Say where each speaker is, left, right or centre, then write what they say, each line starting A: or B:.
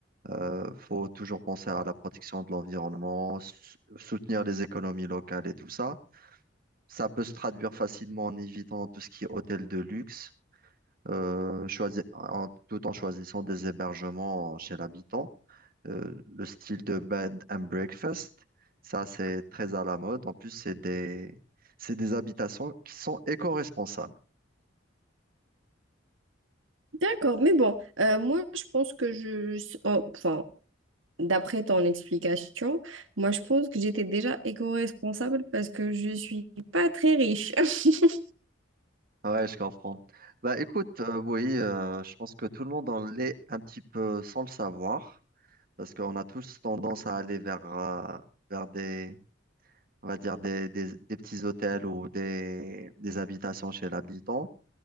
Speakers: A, on the right; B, on the right.
A: Euh, faut toujours penser à la protection de l'environnement, sou- soutenir les économies locales et tout ça. Ça peut se traduire facilement en évitant tout ce qui est hôtel de luxe, euh, choisi- en- tout en choisissant des hébergements chez l'habitant. Euh, le style de bed and breakfast, ça c'est très à la mode. En plus, c'est des, c'est des habitations qui sont éco-responsables.
B: D'accord, mais bon, euh, moi je pense que je, je- en- enfin, d'après ton explication, moi je pense que j'étais déjà éco-responsable parce que je suis pas très riche. <laughs>
A: Ouais, je comprends. Bah écoute, euh, oui, euh, je pense que tout le monde en l'est un petit peu sans le savoir. Parce qu'on a tous tendance à aller vers, euh, vers des, on va dire des, des, des petits hôtels ou des, des habitations chez l'habitant.